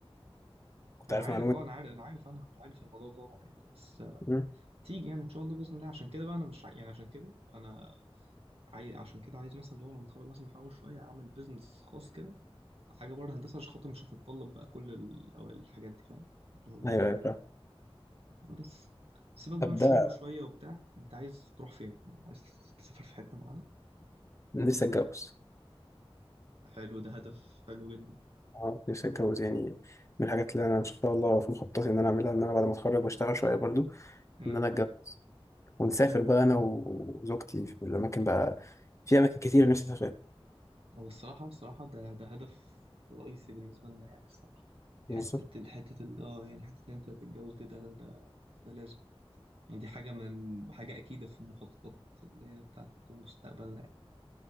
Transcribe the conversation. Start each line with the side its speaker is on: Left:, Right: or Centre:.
Left: كنت
Right: انا
Left: عارف
Right: عارف
Left: معلومه
Right: اه انا عارف انا عارف انا عارف الموضوع ده طبعا يعني بس آه،
Left: مم.
Right: تيجي يعني ان شاء الله باذن الله عشان كده بقى انا مش عاي... يعني عشان كده انا عايز عشان كده عايز مثلا اللي هو لما اتخرج مثلا احاول شويه اعمل بيزنس خاص كده حاجة بره هندسة عشان خاطر مش هتتطلب بقى كل ال- أو الحاجات دي فاهم اللي هو
Left: ايوه ايوه فاهم
Right: بس سيبك بقى
Left: طب
Right: من الشغل
Left: ده
Right: شوية وبتاع أنت عايز تروح فين يعني عايز تسافر في حتة معينة
Left: أنا نفسي اتجوز
Right: حلو ده هدف حلو جدا
Left: اه نفسي اتجوز يعني من الحاجات اللي انا ان شاء الله في مخططي ان انا اعملها ان انا بعد ما اتخرج واشتغل شويه برضو
Right: امم
Left: ان انا اتجوز ونسافر بقى انا وزوجتي في الاماكن بقى في اماكن كتير نفسي اسافرها
Right: هو الصراحة الصراحة ده ده هدف رئيسي بالنسبة لنا يعني الصراحة حتة
Left: بالظبط
Right: ال- حتة ال- اه يعني حتة إن أنت تتجوز دي ده ده ده لازم يعني دي حاجة من حاجة أكيدة في المخططات اللي هي بتاعت مستقبلنا يعني